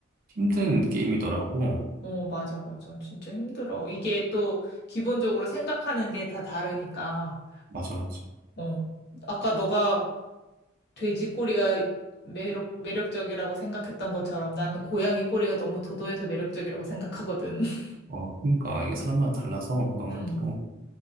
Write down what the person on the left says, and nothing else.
어, 맞아, 맞아. 진짜 힘들어. 이게 또 기본적으로 생각하는 게 다 다르니까.
어. 아까 너가 돼지 꼬리가 매력, 매력적이라고 생각했던 것처럼 나는 고양이 꼬리가 너무 도도해서 매력적이라고 생각하거든. <laughs>
음.